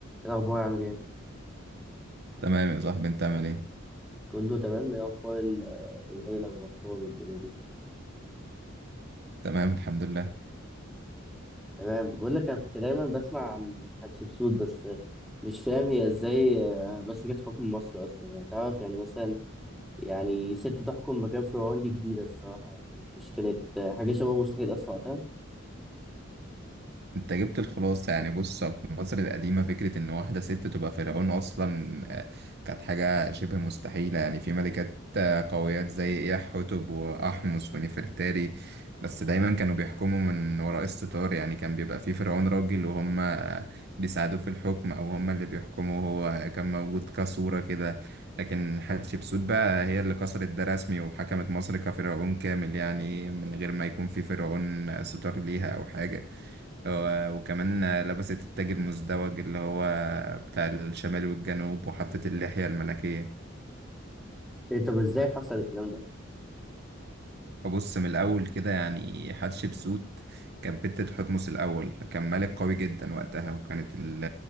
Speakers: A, in the centre; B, on the right.
A: إيه الأخبار عامل إيه؟
B: تمام يا صاحبي انت عامل ايه
A: كله تمام، إيه أخبار ال- آه، العيلة والأطفال والدنيا دي؟
B: تمام الحمد لله
A: تمام، بقول لك أنا كنت دايما بسمع عن حتشبسوت بس مش فاهم هي إزاي آه، مسكت حكم مصر أصلا، يعني تعرف يعني مثلا يعني ست تحكم مكان فرعون دي جديدة الصراحة يعني مش كانت آه، حاجة شبه مستحيل أصلا وقتها،
B: انت جبت الخلاصة يعني بص في مصر القديمة فكرة ان واحدة ست تبقى فرعون اصلا آه، كانت حاجة شبه مستحيلة يعني في ملكات آه، قويات زي إياحتب وأحمس ونفرتاري بس دايما كانوا بيحكموا من وراء الستار يعني كان بيبقى في فرعون راجل وهم آه، بيساعدوه في الحكم او هم اللي بيحكموا هو كان موجود كصورة كده لكن حتشبسوت بقى هي اللي كسرت ده رسمي وحكمت مصر كفرعون كامل يعني من غير ما يكون في فرعون ستار ليها او حاجة و- وكمان لبست التاج المزدوج اللي هو بتاع الشمال والجنوب وحطت اللحية الملكية
A: إيه طب إزاي حصل الكلام ده؟
B: أبص من الأول كده يعني حتشبسوت كانت بنت تحتمس الأول كان ملك قوي جدا وقتها وكانت ال-